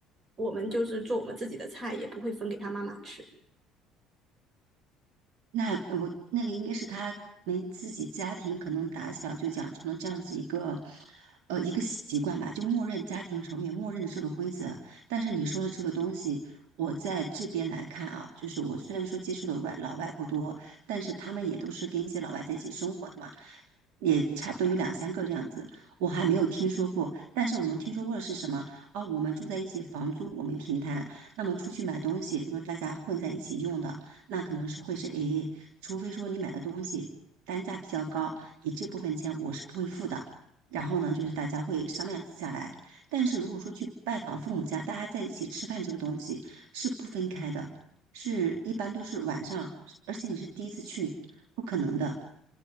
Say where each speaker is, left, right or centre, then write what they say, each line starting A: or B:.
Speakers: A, on the right (about 40°); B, on the right (about 70°).
A: 我们就是做我们自己的菜，也不会分给他妈妈吃。
B: 那我那个应该是他们自己家庭可能打小就养成了这样子一个，呃，一个习惯吧，就默认家庭成员默认的这个规则。但是你说的这个东西，我在这边来看啊，就是我虽然说接触的外老外不多，但是他们也都是跟一些老外在一起生活的嘛。也差不多有两三个这样子，我还没有听说过。但是我能听说过的是什么？哦，我们住在一起，房租我们平摊。那么出去买东西，如果大家混在一起用的，那可能是会是 AA，除非说你买的东西单价比较高，你这部分钱我是不会付的。然后呢，就是大家会商量下来。但是如果说去拜访父母家，大家在一起吃饭这个东西是不分开的，是一般都是晚上，而且你是第一次去，不可能的。